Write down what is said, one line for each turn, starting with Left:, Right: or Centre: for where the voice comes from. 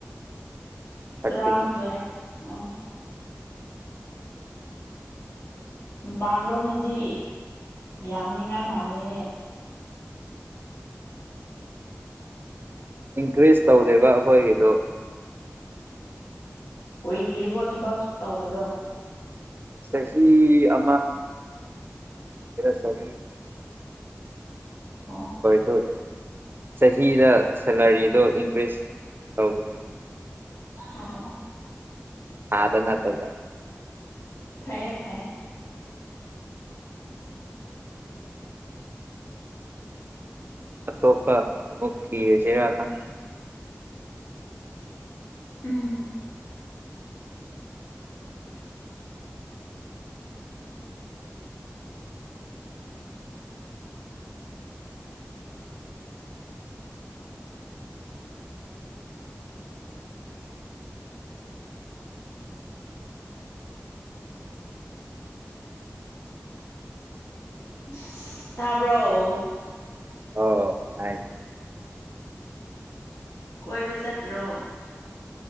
Right: ꯊꯥꯔꯇꯤꯟ
Left: ꯇꯔꯥ ꯍꯗ ꯑꯣ ꯃꯄꯥꯟ ꯔꯣꯝꯗꯗꯤ ꯌꯥꯝꯅꯤꯉꯥꯏ ꯃꯥꯜꯂꯦꯍꯦ
Right: ꯏꯟꯀ꯭ꯔꯤꯁ ꯇꯧꯗꯦꯕ ꯑꯩꯈꯣꯏꯒꯤꯗꯣ
Left: ꯑꯣꯏꯗ꯭ꯔꯤꯕꯣ ꯊꯕꯛ ꯇꯧꯕꯗꯣ
Right: ꯁꯍꯤ ꯑ ꯁꯦ
Left: ꯑꯣ
Right: ꯁ <inaudible> ꯆꯍꯤꯗ ꯁꯦꯂꯔꯤꯗꯣ ꯏꯟꯀ꯭ꯔꯤꯖ ꯇꯧꯕꯅꯦꯕ
Left: ꯑ ꯑꯣ
Right: ꯊꯥꯗ ꯅꯠꯇꯕ
Left: ꯐꯌꯦ ꯐꯩꯌꯦ
Right: ꯑꯇꯣꯞꯄ ꯑꯃꯨꯛ ꯊꯤꯔ ꯆꯩꯔ ꯈꯟ
Left: ꯎꯝꯝ <unintelligible> ꯇꯥꯔꯕ
Right: ꯑꯣ ꯇꯥꯏ ꯇꯥꯏ
Left: ꯀꯣꯏꯕ ꯆꯠꯇ꯭ꯔꯣ